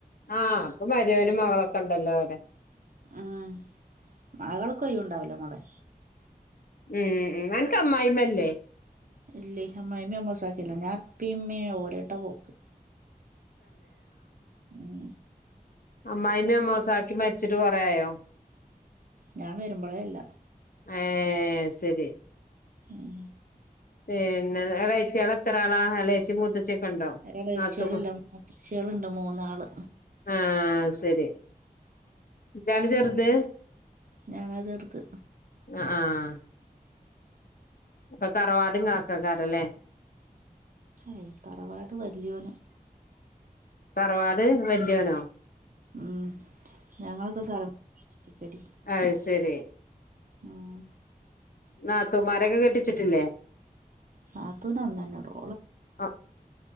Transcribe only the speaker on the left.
ആഹ് അവർക്ക് മരോനും മകളൊക്കെ ഒണ്ടല്ലോ അവടെ
ഉം നിൻക്ക് അമ്മായിമ്മ ഇല്ലേ
അമ്മായിമ്മയും <unintelligible> മരിച്ചിട്ട് കൊറയായോ
ഏഹ് സെതി
<unintelligible> ന്നെ എളേച്യ ളെത്ര ആളാ ഏളച്ചി മൂത്തച്ചിക്ക് കണ്ടൊ ആഹ്
നാത്തൂന്മാര്
ആഹ് സരി ശരി ജന ചേറത്
ആ ആഹ ഇപ്പൊ കറവാടങ്ങളൊക്കെ കറല്ലേ
പററവാത് വല്ിയോണോ
അത് ശരി
ആ തമാരക കെട്ടിച്ചിട്ടില്ലേ
ആ